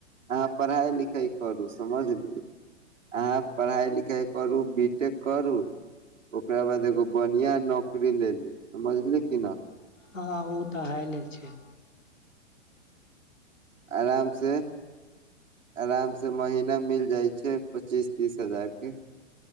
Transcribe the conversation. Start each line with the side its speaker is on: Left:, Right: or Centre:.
Right: अहाँ पढ़ाइ लिखाइ करू समझली अहाँ पढ़ाइ लिखाइ करू बी टेक करू ओकरा बाद एगो बढ़िआँ नौकरी लेलू समझली कि न।
Left: हँ ओ तऽ हइले छै।
Right: आराम से आराम से महीना मिल जाइ छै पच्चीस तीस हजारके।